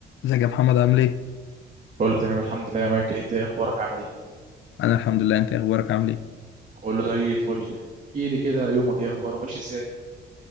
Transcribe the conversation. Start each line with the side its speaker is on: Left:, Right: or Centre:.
Left: ازيك يا محمد عامل ايه؟
Right: بقول له تمام الحمد لله يا مايكل انت ايه اخبارك عامل ايه
Left: انا الحمد لله انت ايه اخبارك عامل ايه؟
Right: بقول له زي الفل احكي لي كده يومك ايه اخباره ماشي ازاي